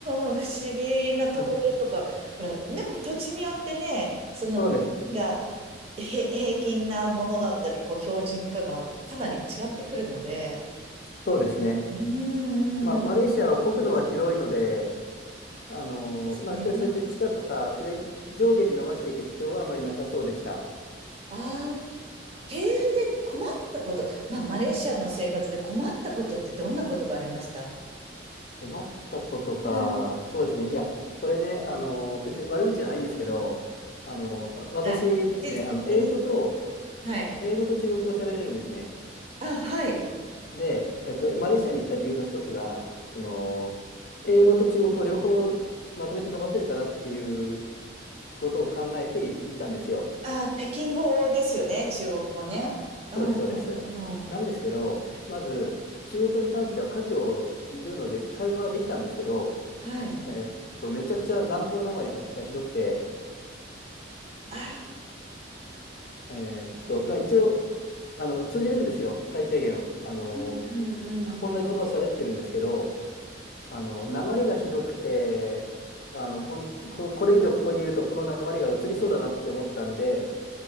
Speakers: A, on the right; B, on the left.
A: うんうん、不思議なところとか、
B: あ、
A: ほら、でも土地によってね、その、
B: そうです。
A: が、へ、平均なものだったり、こう、標準化がかなり違ってくるので、
B: そうですね。
A: うーん、
B: まあ、マレーシアは国土は広いので、あのーまあ、
A: ですね。
B: やっぱりそうやって地下とか上に、上下に伸ばしていく必要はあまりなさそうでした。
A: ああ、ケールで困ったこと、まあ、マレーシアの生活で困ったことってどんなことがありました
B: 困ったことか。
A: うん。
B: そうですね。いや、これね、あのー別に悪口じゃないんですけど、あのーわ私ですね、
A: はい。で、次に、
B: あの、英語と、
A: はい。
B: 英語と中国語を喋れるんですね。
A: あ、はい。
B: で、えっと、マレーシアに行った理由の一つが、その、英語と中国語両方まとめて伸ばせるかなっていうことを考えてい行ったんですよ。
A: あ、北京語ですよね、中国語ね。
B: あそうです、
A: うん、うん、
B: そうです。
A: うん。うん
B: なんですけど、
A: はい。
B: まず、中国語に関しては華僑いるので、会話ができたんですけど、
A: はい
B: えーっと、めちゃくちゃ南方なまりががひどくて、
A: ああ、
B: えーっと、まあ一応、あの、通じるんですよ、最低限。あの、
A: うんうんうん。
B: あ同じ言葉喋ってるんですけど、あの、訛りがひどくて、あの、ほん、こ、これ以上ここにいると、この訛りが移りそうだなって思ったんで、